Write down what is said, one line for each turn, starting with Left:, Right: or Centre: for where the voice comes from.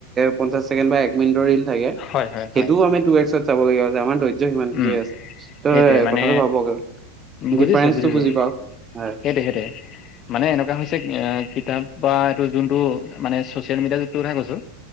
Right: পঞ্চাশ ছেকেণ্ড বা এক মিনিটৰ ৰীল থাকে,
Left: হয়, হয়, হয়।
Right: সেইটোও আমি টু এক্সত চাবলগীয়া হৈছে আমাৰ ধৈৰ্য সিমানটোৱে
Left: উম,
Right: আছে। ত
Left: সেইটোৱে মানে
Right: কথাটো ভাবক!
Left: বুজিছোঁ,
Right: ডিফাৰেন্সটো
Left: বুজিছোঁ।
Right: বুজি পাওঁক। হয়।
Left: <unintelligible> মানে এনেকুৱা হৈছে কিতাপ বা এইটো যোনটো মানে চচিয়েল মিডিয়া যোগটো কথাই কৈছো।